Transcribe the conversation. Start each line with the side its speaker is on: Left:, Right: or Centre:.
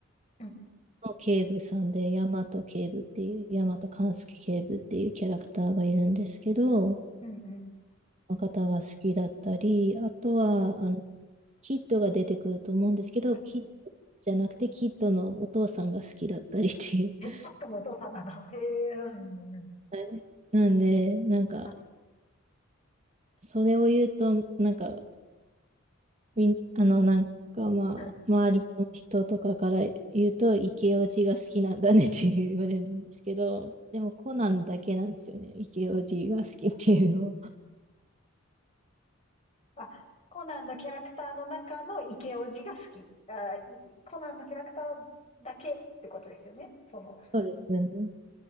Left: うん。
Right: の警部さんで、大和警部っていう、大和勘介警部っていうキャラクターがいるんですけど、
Left: うんうん
Right: の方が好きだったり、あとは、
Left: はい。
Right: あの、キッドが出てくると思うんですけど、
Left: うん
Right: キッドじゃなくて、キッドのお父さんが好きだったりっていう。
Left: え、
Right: <laughs>
Left: ちょっとのお父さんなんだ。へえ、うんうんうん。
Right: はいなんで、なんか、
Left: はい。
Right: それを言うと、なんか、みん、あの、なんかまあ、
Left: うん
Right: 周りの人とかから言うと、イケオジが好きなんだねって言われるんですけど、でもコナンだけなんですよね。イケオジが好きっていうの。
Left: あ、コナンのキャラクターの中のイケオジが好き。あ、いコナンのキャラクターだけってことですよね。その、
Right: そうですよね。